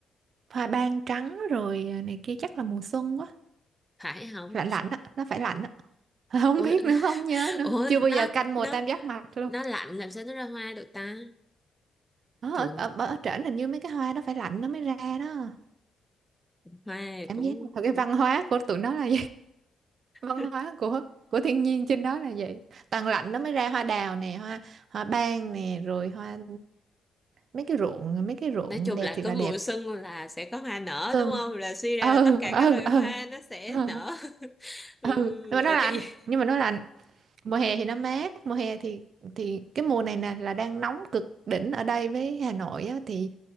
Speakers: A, on the right; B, in the centre.
A: hoa ban trắng rồi à, này kia chắc là mùa xuân quá
B: phải không
A: lạnh lạnh á nó phải lạnh á <laughs> không
B: Ủa
A: biết nữa không nhớ nữa
B: ủa
A: chưa bao giờ
B: nó
A: canh mùa
B: nó
A: tam giác mạch luôn
B: nó lạnh làm sao nó ra hoa được ta
A: Ờ,
B: thường
A: ở ở, ở, ở trển hình như mấy cái hoa nó phải lạnh nó mới ra đó
B: hoa
A: cảm
B: cũng,
A: giác là cái
B: cũng
A: văn hóa của tụi nó là văn
B: <laughs>
A: hóa của của thiên nhiên trên đó là vậy tàn lạnh nó mới ra hoa đào nè hoa hoa ban nè rồi hoa mấy cái ruộng mấy cái ruộng
B: nói chung
A: đẹp
B: là
A: thiệt
B: có
A: là
B: mùa
A: đẹp
B: xuân là sẽ có hoa nở
A: tường
B: đúng không là suy ra
A: ừ
B: là tất cả
A: ừ
B: các loài
A: ừ
B: hoa nó sẽ
A: ừ
B: nở <laughs> ừ,
A: ừ. nhưng mà
B: ở
A: nó lạnh
B: cái gì?
A: nhưng mà nó lạnh mùa hè thì nó mát mùa hè thì thì cái mùa này nè là đang nóng cực đỉnh ở đây với Hà Nội á, thì